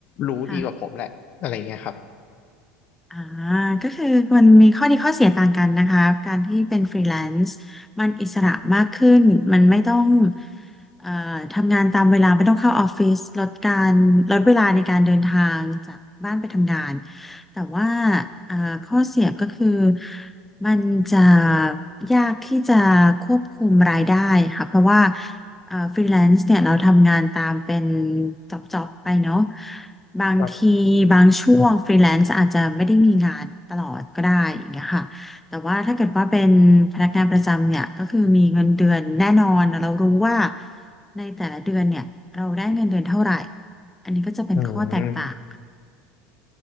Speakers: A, on the left; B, in the centre.
A: รู้ดีกว่าผมแหละอะไรเงี้ยครับ
B: ค่ะ อ่าก็คือมันมีข้อดีข้อเสียต่างกันนะคะการที่เป็นฟรีแลนซ์มันอิสระมากขึ้นมันไม่ต้องเอ่อทำงานตามเวลาไม่ต้องเข้าออฟฟิศลดการลดเวลาในการเดินทางจากบ้านไปทำงานแต่ว่าเอ่อข้อเสียก็คือมันจะยากที่จะควบคุมรายได้ค่ะเพราะว่า อ่าฟรีแลนซ์เนี่ยเราทำงานตามเป็นจ็อบจ็อบไปเนาะบางทีบางช่วงฟรีแลนซ์อาจจะไม่ได้มีงานตลอดก็ได้อย่างเงี้ยค่ะแต่ว่าถ้าเกิดว่าเป็นพนักงานประจำเนี่ยก็คือมีเงินเดือนแน่นอนเรารู้ว่า
A: ครับ
B: ในแต่ละเดือนเนี่ยเราได้เงินเดือนเท่าไหร่อันนี้ก็จะเป็นข้อแตกต่าง
A: อืม